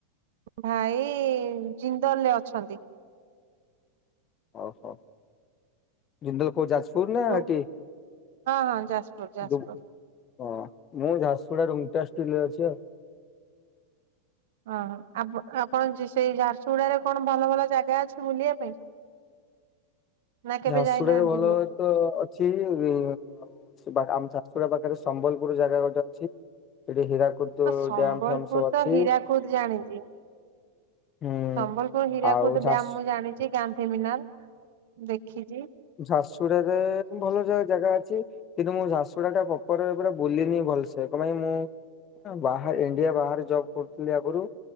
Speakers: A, on the right; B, on the left.
A: ଭାଇ ଜିନ୍ଦଲରେ ଅଛନ୍ତି।
B: ଓହୋ ଜିନ୍ଦଲ କୋଉ ଛି ଫୁଡ୍ ନା
A: ହଁ
B: ଆର ଟି ଏ
A: ହଁ ଯାଜପୁର ଯାଜପୁର
B: <unintelligible> ମୁଁ ଝାରସୁଗୁଡା ରୁମଟା ଷ୍ଟିଲରେ ଅଛି।
A: ଅ ଆପ ଆପଣ ଯେ ସେଇ ଝାରସୁଗୁଡା କଣ ଭଲ ଭଲ ଜାଗା ଅଛି ବୁଲିବା ପାଇଁ? ନା କେବେ
B: ଝାରସୁଡାରେ
A: ଯାଇନାହାନ୍ତି
B: ଭଲ
A: ମୁଁ
B: ଭଲ ତ ଅଛି ଉଁ ଆଉ ଆମ ଝାରସଗୁଡା ପାଖରେ ସମ୍ବଲପୁର ଜାଗା ଗୋଟେ ଅଛି। ହୀରାକୁଦ
A: ସମ୍ବଲପୁର
B: ଡ୍ୟାମ ଫ୍ୟାମ ସବୁ ଅଛି।
A: ତ ହୀରାକୁଦ ଜାଣିଛି।
B: ହୁଁ
A: ସମ୍ବଲପୁର ହୀରାକୁଦ
B: ଆଉ ଝାରସୁ
A: ଡ୍ୟାମ ମୁଁ ଜାଣିଚି ଗାନ୍ଧୀମିନାଲ ଦେଖି
B: ଝାଡସୁଗୁଡାରେ ଭଲ ଜାଗା ଅଛି କିନ୍ତୁ ମୁଁ ଝାସୁର ଗୁଡା ଟା ପପର ପୁରା ବୁଲିନି ଭଲସେ କଣ ପାଇଁ ମୁଁ ବା ଇଣ୍ଡିଆ ବାହାରେ ଜବ୍ କରୁଥିଲି ଆଗରୁ